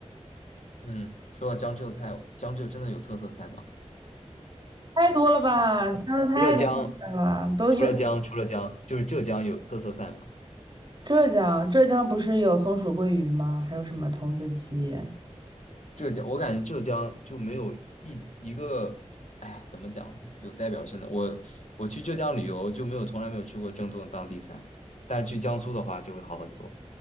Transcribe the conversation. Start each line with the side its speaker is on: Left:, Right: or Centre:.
Left: 嗯，说到江浙菜，江浙真的有特色菜吗？
Right: 太多了吧？加的太多了吧？
Left: 除了江，
Right: 都是
Left: 除了江，除了江，就是浙江有特色菜吗？
Right: 浙江，浙江不是有松鼠桂鱼吗？还有什么童子鸡？
Left: 浙江，我感觉浙江就没有一一个，哎，怎么讲，有代表性的。我我去浙江旅游就没有从来没有吃过正宗的当地菜，但去江苏的话就会好很多，